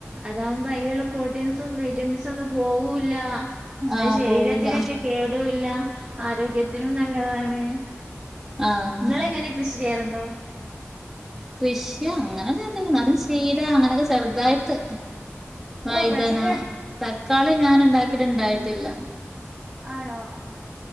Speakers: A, on the right; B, in the centre.
A: അതാവുമ്പോ അയിലുള്ള പ്രോട്ടീൻസും വൈറ്റമിൻസും ഒന്നും പോവൂല്ല എന്നാ
B: ആഹ്
A: ശരീരത്തിനറ്റു
B: പോവൂല
A: കേടുയില്ല ആരോഗ്യത്തിനും നല്ലതാണ്
B: ആഹാ
A: ഇങ്ങളെങ്ങനെ കൃഷി ചെയ്യാറ്ണ്ടോ
B: കൃഷി അങ്ങനെന്നും ചെയ്യത്തില്ല എന്നാലും ചീരാ അങ്ങനൊക്കെ ചെറ്തായിട്ട് വൈതന
A: ഓഹ് പച്ചക്കറി
B: തക്കാളി ഞാന് ഇണ്ടാക്കിട്ട് ഇണ്ടായിട്ടില്ല
A: ആണോ